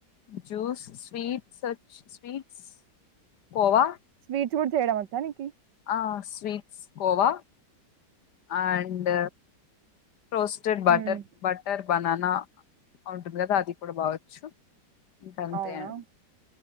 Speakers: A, on the left; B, on the right.
A: జ్యూస్ స్వీట్స్ వోచ్ స్వీట్స్ కోవా
B: స్వీట్స్ కూడా చేయడం వచ్చా నికి
A: ఆ sweets khoa and roasted butter
B: hmm
A: butter banana ఉంటుంది కదా అది కూడా బావచ్చు ఇంక అంతే
B: అవునా
A: అండి